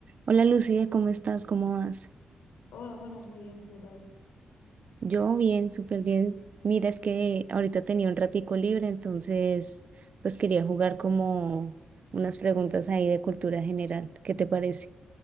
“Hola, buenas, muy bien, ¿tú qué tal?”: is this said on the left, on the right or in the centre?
Left